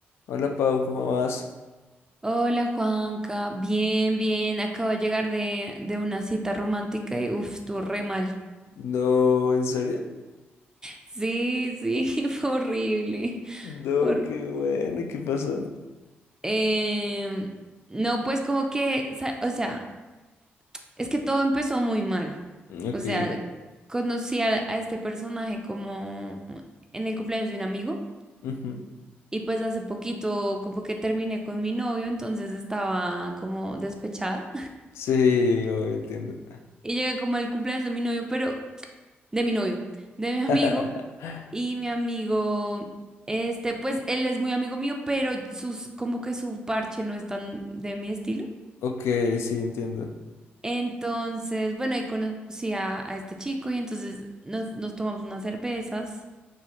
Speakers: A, on the left (about 80°); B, on the right (about 15°).
A: Hola Pau, ¿cómo vas?
B: Hola Juanca, bien, bien, acabo de llegar de, de una cita romántica y uff, estuvo re mal.
A: No, ¿en serio?
B: Sí, sí, <laughs> fue horrible.
A: No,
B: Hor-
A: qué bueno, ¿y ¿qué pasó?
B: Em, no, pues como que, sa- o sea, es que todo empezó muy mal.
A: Ok,
B: O sea, conocí a, a este personaje como en el cumpleaños de un amigo
A: ujú.
B: y pues hace poquito como que terminé con mi novio, entonces estaba como despechada
A: Sí, hoy entiendo.
B: <laughs> y llegué como al cumpleaños de mi novio, pero de mi novio, de mi amigo.
A: <laughs>
B: Y mi amigo, este, pues él es muy amigo mío, pero sus, como que su parche no es tan de mi estilo.
A: Ok, sí, entiendo.
B: Entonces, bueno, ahí conocí a, a este chico y entonces nos, nos tomamos unas cervezas